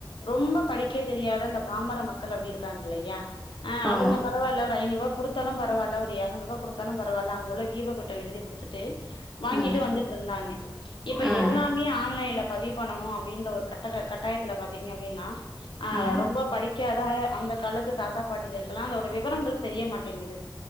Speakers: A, on the left; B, in the centre.
A: ரொம்ப படிக்க தெரியாத அந்த பாம்பர மக்கள் அப்படி இருக்காங்க இல்லையா அ
B: ஆமா
A: அவுங்க பாத் பரவால்ல ஒரு ஐநூறுவா குடுத்தாலும் பரவால்ல ஒரு எரநூறு ரூபா குடுத் தாலும் பரவால்ல அங்குள்ள வீ வோ கிட்ட எழுதி கொடுத்துட்டு வாங்கிட்டு
B: ம்
A: வந்துட்டு இருந்தாங்க இப்ப
B: ம்
A: எல்லாமே ஆன்லைன்ல பதிவு பண்ணணு அப்டின்ற ஒரு கட்ட கட்டாயத்துல பாத்தீங்க அப்டின்னா அ
B: ம்
A: ரொம்ப படிக்காத அந்த காலத்து தாத்தா பாட்டிகளுக்கெல்லா அதோட விவரங்கள் தெரியமாட்டேங்குது